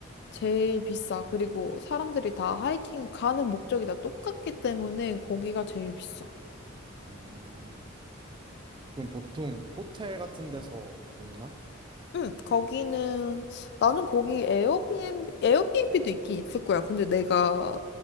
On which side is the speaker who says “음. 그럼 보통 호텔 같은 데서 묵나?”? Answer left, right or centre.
Right